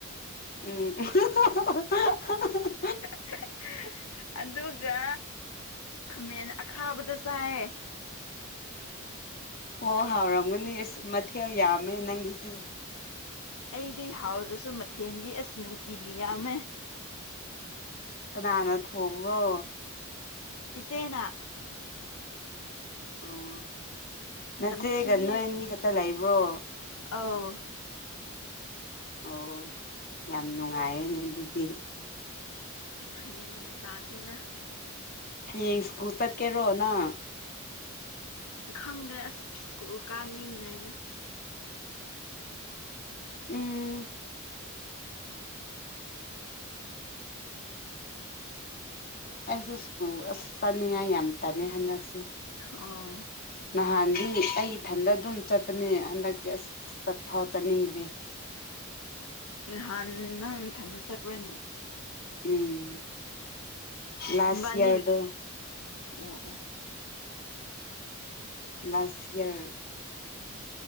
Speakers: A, on the left; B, on the left.
A: ꯎꯝ <unintelligible>
B: <unintelligible> ꯑꯗꯨ ꯒ ꯈꯥꯃꯦꯟ ꯑꯈꯥꯕꯗꯣ ꯆꯥꯏꯌꯦ
A: ꯑꯣ ꯍꯥꯎꯔꯝꯒꯅꯤ ꯑꯁ ꯃꯊꯦꯜ ꯌꯥꯝꯃꯦ ꯅꯪꯒꯤꯁꯦ
B: ꯑꯩꯗꯤ ꯍꯥꯎꯗ꯭ꯔꯁꯨ ꯃꯊꯦꯜꯗꯤ ꯑꯁ ꯅꯨꯡꯇꯤꯒꯤ ꯌꯥꯝꯃꯦ
A: ꯀꯅꯥꯅ ꯊꯣꯡꯕ꯭ꯔꯣ
B: ꯏꯆꯦꯅ
A: ꯑꯣ
B: ꯑꯁ
A: ꯅꯆꯦꯒ
B: ꯅꯝꯊꯤꯌꯦ
A: ꯅꯣꯏ ꯑꯅꯤ ꯈꯛꯇ ꯂꯩꯕ꯭ꯔꯣ
B: ꯑꯧ
A: ꯑꯣ ꯌꯥꯝ ꯅꯨꯡꯉꯥꯏꯔꯦꯅꯦ ꯑꯗꯨꯗꯤ
B: ꯒ꯭ꯌꯥꯟ ꯃꯦꯟ ꯇꯥꯗ꯭ꯔꯦꯗ
A: ꯍꯌꯦꯡ ꯁ꯭ꯀꯨꯜ ꯆꯠꯀꯦꯔꯣ ꯅꯪ
B: ꯈꯪꯗꯦ ꯑꯁ ꯁ꯭ꯀꯨꯜ ꯀꯥꯅꯤꯡꯗ꯭ꯔꯦꯗ
A: ꯎꯝ ꯑꯩꯁꯨ ꯁ꯭ꯀꯨꯜ ꯑꯁ ꯆꯠꯅꯤꯡꯉꯥꯏ ꯌꯥꯝ ꯇꯜꯂꯦ ꯍꯟꯗꯛꯁꯦ
B: ꯑꯣ
A: ꯅꯍꯥꯟꯗꯤ ꯑꯩ ꯏꯊꯟꯗ ꯑꯗꯨꯝ ꯆꯠꯄꯅꯦ ꯍꯟꯗꯛꯇꯤ ꯑꯁ ꯆꯠ ꯐꯥꯎ ꯆꯠꯅꯤꯡꯗ꯭ꯔꯦ
B: ꯅꯍꯥꯟ ꯅꯪ ꯅꯊꯟꯗ ꯆꯠꯄ꯭ꯔꯥꯅꯦ
A: ꯎꯝ ꯂꯥꯁ
B: ꯏꯕꯥꯅꯤ
A: ꯏꯌ꯭ꯔꯗꯣ
B: ꯑꯣ ꯑꯣ
A: ꯂꯥꯁ ꯌꯤꯌ꯭ꯔ